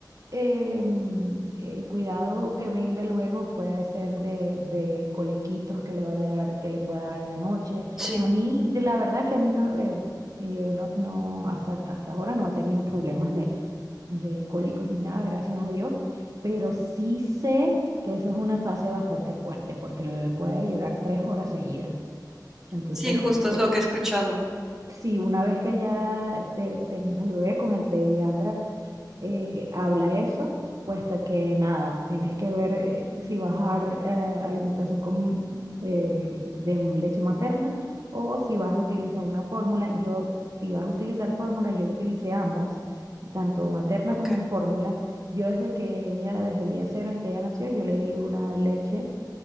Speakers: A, on the right; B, in the centre.
A: em, el cuidado que venga luego puede ser de, de coliquitos que le vaya a dar, que le pueda dar en la noche.
B: Sí,
A: A mí, de la verdad que a mí no, eh, mi bebé no, no hasta, hasta ahora no ha tenido problemas de, de cólicos ni nada, gracias a Dios. Pero sí sé que eso es una fase bastante fuerte, porque el bebé puede llorar tres horas seguidas. Entonces,
B: sí, justo
A: te-
B: es lo que he escuchado.
A: Sí, una vez que ya te, tengas al bebé con el pediatra, eh, habla eso, puesto que nada, tienes que ver eh, si vas a dar eh, alimentación con, eh, de leche materna o si vas a utilizar una fórmula. Yo, si vas a utilizar fórmula, yo utilicé ambas, tanto materna
B: Ok,
A: como fórmula. Yo desde que ella, desde el día cero, desde que ella nació, yo le di una leche